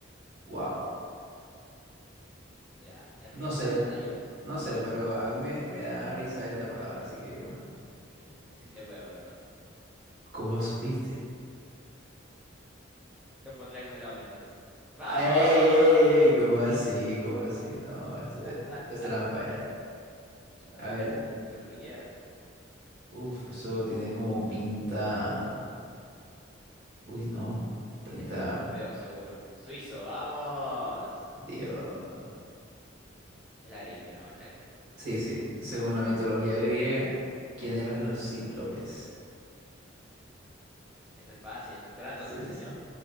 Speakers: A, on the right (about 60°); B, in the centre.
A: wow.
B: Mira, el
A: No
B: río
A: sé,
B: Calatayud
A: no
B: no
A: sé,
B: lo
A: pero
B: conozco.
A: a mí me, me da risa esta palabra, así que yo...
B: <laughs> Pusiste hueva, ¿verdad?
A: ¿Cómo supiste?
B: Yo pondré jalón entonces. ¡Vamos!
A: ¡Ey, ey, ey! ¿Cómo así? ¿Cómo así? No, esto es,
B: <laughs>
A: esto es trampa ya.
B: ¿Dónde
A: A ver,
B: procede el queso gruyère?
A: uff, eso tiene como pinta... Uy, no, pinta...
B: Eso es europeo, seguro. Suizo, vamos.
A: Dios.
B: Es la gripe, ¿no? Es la gripe.
A: Sí, sí, según la mitología griega, ¿quién eran los cíclopes?
B: Ese es fácil. Kratos
A: Sí,
B: me enseñó.
A: sí,